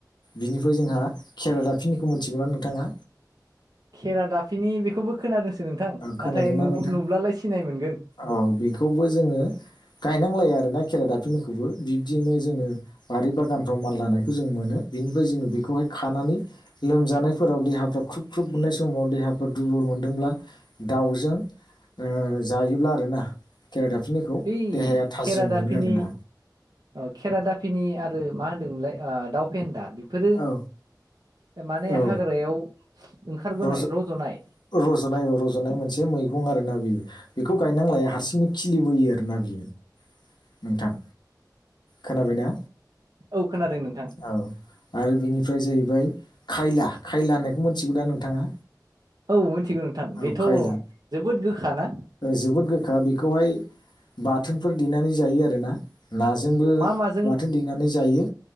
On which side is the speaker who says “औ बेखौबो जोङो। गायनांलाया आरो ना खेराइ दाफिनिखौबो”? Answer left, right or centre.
Left